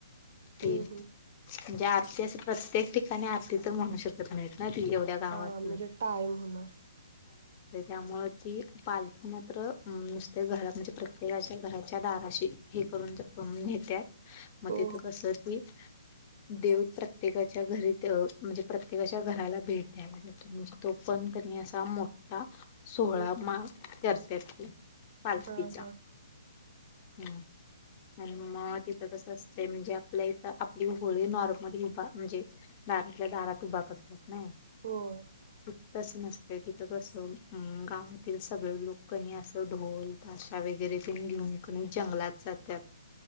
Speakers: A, on the right; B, on the left.
A: हम्म
B: हुं म्हणजे
A: हम्म
B: आरती अस प्रत्येक ठि आणि आरती तर म्हणू शकत नाहीत. ना ती एवढ्या गावातून
A: हा म्हणजे टाइम होणार.
B: त्यामुळे ती पालखी मात्र ह‌म्म नुसते घर म्हणजे प्र देवाच्या घराच्या दाराशी हे करून नेतात मग
A: हो
B: तिथं कसं ती देव प्रत्येकाच्या घरी त्यो म्हणजे प्रत्येकाच्या घराला भेट दायला जातो. म्हणजे तो पण कनई असा मोठा सोळा
A: हो
B: मा करत्यात की. पालकीचा.
A: हा हा
B: हम्म आणि मग तिथं कसं असत ते म्हणजे आपल्या इथं आपली होळी नॉर्मली उभा म्हणजे दारातल्या दारात उभा करत्यात नाही
A: होय.
B: ह‌म‌् तंस नसत्य तिथं कसं हम‌् गावातील सगळे लोक कणी असं ढोल ताशा वगैरे तेनी घेऊन कणी जंगलात जा त्यात